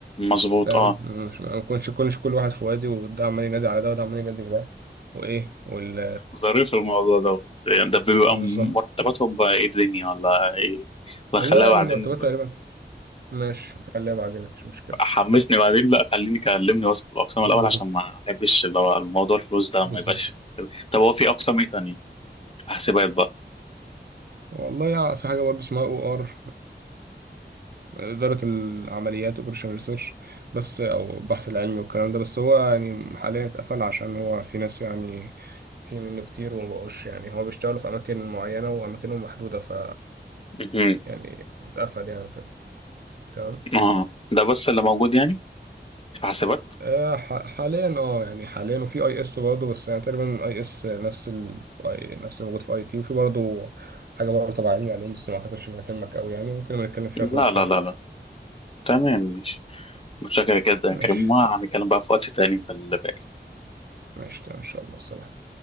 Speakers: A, on the left; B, on the right.
A: مظبوط
B: فاهم
A: اه
B: مش ما يكونش كلش كل واحد في وادي وده عمال ينادي على ده وده عمال ينادي على ده وايه وال
A: ظريف الموضوع دوت يعني ده بيبقى
B: بالظبط
A: مرتباتهم بقى ايه الدنيا ولا ايه ولا
B: والله
A: خليها
B: يعني
A: بعدين
B: المرتبات تقريبا ماشي خليها بعدين مفيش مشكله
A: حمسني بعدين لا خليني كلمني بس في الأقسام الأول
B: بالظبط
A: عشان ما أحبش اللي هو الموضوع الفلوس ده
B: بالظبط
A: ما يبقاش طب هو في أقسام ايه تانية؟ في حاسبات بقى
B: والله يع- في حاجة برضه اسمها او ار إدارة العمليات اوبريشن ريسيرش بس او البحث العلمي والكلام ده بس هو يعني حاليا اتقفل عشان هو في ناس يعني في منه كتير ومبقوش يعني هو بيشتغلوا في أماكن معينة وأماكنهم محدودة ف
A: مهم.
B: يعني اتقفل يعني كده تمام
A: اه ده بس اللي موجود يعني في حاسبات؟
B: آه، ح- حاليا اه يعني حاليا وفي اي اس برضه بس يعني تقريبا اي اس نفس ال... في I- نفس اللي موجود في اي تي وفي برضه حاجة برضه تبع علمي علوم بس ما اعتقدش انها تهمك قوي يعني ممكن نبقى نتكلم فيها
A: لا
B: في وقت
A: لا
B: تاني
A: لا لا تمام ماشي متشكر جدا
B: ماشي
A: يا كريم ما هنتكلم بقى في وقت تاني في الباقي
B: ماشي تمام، ان شاء الله سلام